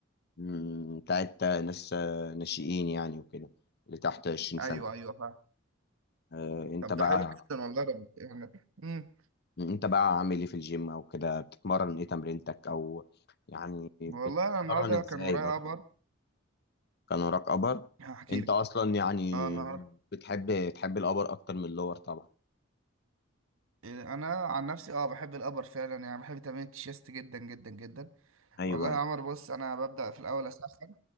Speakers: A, on the left; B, on the right.
A: مم، بتاعت ناس آه، ناشئين يعني وكده اللي تحت 20 سنة
B: ايوه ايوه فاهم
A: آه، انت
B: طب
A: بقى
B: ده حلو جدا والله رب. يعني امم
A: انت بقى عامل ايه في الجيم او كده بتتمرن ايه تمرينتك او يعني
B: والله
A: بتتمرن
B: انا النهارده
A: ازاي
B: كان ورايا
A: برضه
B: امر
A: كان وراك ابر
B: هحكي
A: انت
B: لك
A: اصلا يعني
B: اه النهارده
A: بتحب تحب الابر اكتر من اللور طبعا
B: انا عن نفسي اه بحب الابر فعلا يعني بحب تمرين التشيست جدا جدا جدا
A: ايوه
B: والله يا عمر بص انا ببدا في الاول اسخن